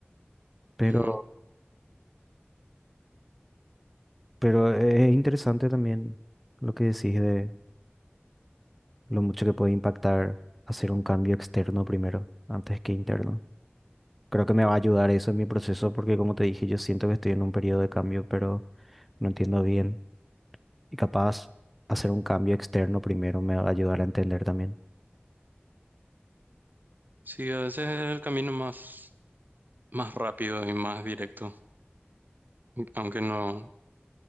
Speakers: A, in the centre; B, on the right.
A: Pero,
B: Ujú.
A: pero es interesante también lo que decís de lo mucho que puede impactar hacer un cambio externo primero, antes que interno. Creo que me va a ayudar eso en mi proceso porque, como te dije, yo siento que estoy en un periodo de cambio, pero no entiendo bien. Y capaz hacer un cambio externo primero me va a ayudar a entender también.
B: Sí, a veces es el camino más, más rápido y más directo, aunque no,